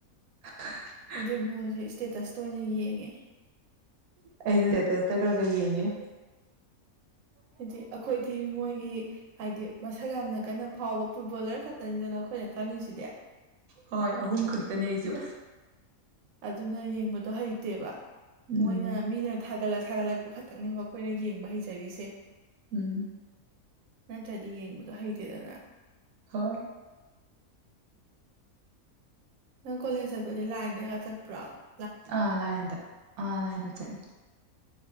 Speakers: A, on the right; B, on the right.
A: ꯑ <unintelligible>
B: ꯑꯩꯗꯤ ꯕꯣꯜꯁꯦ ꯏꯁꯇꯦꯇꯁꯇ ꯑꯣꯏꯅ ꯌꯦꯡꯉꯦ꯫
A: ꯑꯩꯗꯤ ꯂꯦꯠꯇꯜꯗ ꯈꯔ ꯈꯔ ꯌꯦꯡꯉꯦ
B: ꯍꯥꯏꯗꯤ ꯑꯩꯈꯣꯏꯗꯤ ꯃꯣꯏꯒꯤ꯫ ꯍꯥꯏꯗꯤ ꯃꯁꯛ ꯌꯥꯝꯅ ꯀꯟꯅ ꯐꯥꯎꯕ ꯐꯨꯠꯕꯣꯜꯂꯔ ꯈꯛꯇꯅꯤꯗꯅ ꯑꯩꯈꯣꯏꯅ ꯈꯪꯉꯤꯁꯤꯗꯦ
A: ꯍꯣꯏ ꯑꯍꯨꯝ ꯈꯛꯇꯅꯦ ꯑꯩꯁꯨ
B: ꯑꯗꯨꯅ ꯌꯦꯡꯕꯗꯣ ꯍꯩꯇꯦꯕ
A: ꯎꯝ
B: ꯃꯣꯏꯅ ꯃꯤꯅ ꯊꯥꯒꯠꯂ ꯊꯥꯒꯠꯂꯛꯄ ꯈꯛꯇꯛꯅꯦꯕ ꯑꯩꯈꯣꯏꯅ ꯌꯦꯡꯕ ꯍꯩꯖꯔꯤꯁꯦ꯫
A: ꯎꯝ꯫
B: ꯅꯠꯇ꯭ꯔꯗꯤ ꯌꯦꯡꯕꯗꯣ ꯍꯩꯇꯦꯗꯅ
A: ꯍꯣꯏ
B: ꯅꯪ ꯀꯣꯂꯦꯖ ꯆꯠꯄꯗꯤ ꯂꯥꯏꯟꯗꯒ ꯆꯠ <unintelligible>
A: ꯑꯥ ꯂꯥꯏꯟꯗ ꯑ ꯂꯥꯏꯟꯗ ꯆꯠꯂꯦ꯫